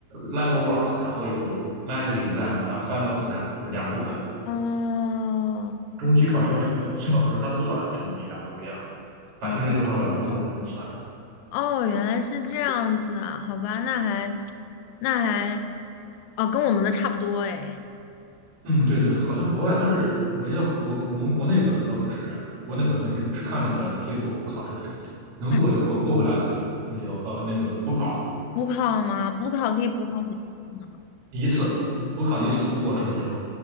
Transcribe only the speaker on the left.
哦，
哦，
哦，哦，原来是这样子啊，好吧，那还，那还，哦，跟我们的差不多哎。
啊
补考吗？补考可以补考几次呢？